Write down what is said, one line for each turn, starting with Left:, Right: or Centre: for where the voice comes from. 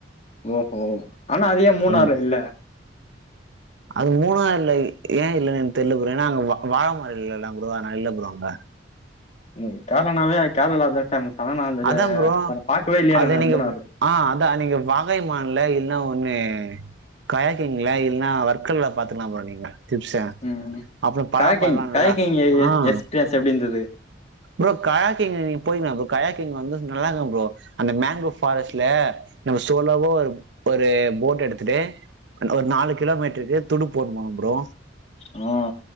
Left: ஒ ஒஹோ ஆனா அது ஏன் மூணாறு
Right: ஆமா
Left: இல்ல
Right: அது மூணாறுல ஏ இல்லன்னு எனக்கு தெரியல ப்ரோ ஏன்னா வாழ வாழமர இல்லைல ப்ரோ அதனால இல்ல ப்ரோ அங்க
Left: உம் கேரளானாவே <unintelligible> தா ஃபேமஸ் ஆனா நா அந்த
Right: அதான் ப்ரோ
Left: அத பாக்கவே இல்லையே
Right: அது
Left: நானு
Right: நீங்க
Left: மூணாறுல
Right: ஆஹ் அதா நீங்க வாகை மான்ல இன்னொ ஒண்ணு காயக்கிங்கள இல்ன்னா வர்க்கள்ல பாத்துக்கலா ப்ரோ நீங்க டிப்ஸ
Left: உம்
Right: அப்புறம் பலாப்பழம்லாம்
Left: களட்டிங் கழக்கிங்
Right: நல்லா
Left: எ எ
Right: ஆ
Left: எக்ஸ்ரியன்ஸ் எப்டி இருந்துது
Right: ப்ரோ கயாக்கிங்க நீங்க போயக்காம் ப்ரோ கயாக்கிங் வந்து நல்லாருந்து ப்ரோ அந்த மேங்குரோவ் ஃபாரஸ்ட்ல நம்ம சோலோவோ ஒரு ஒரு போட் எடுத்துட்டு அந் ஒரு நாலு கிலோமீட்டருக்கு துடுப்பு போட்டு போணும் ப்ரோ
Left: ஹ